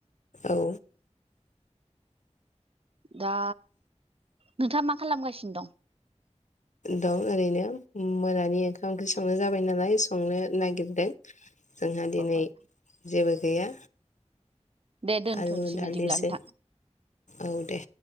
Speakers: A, on the left; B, on the right.
A: औ।
B: दा नोंथाङा मा खालामगासिनो दं?
A: दं ओरैनो मोनानि ओंखाम ओंख्रि संनो जाबाय नालाय संनो नागिरदों। जोंहा
B: दं?
A: दिनै जेबो गैया।
B: दे दोनथ'नोसै
A: आलु दालिसो
B: बिदिब्ला नोंथां।
A: औ दे।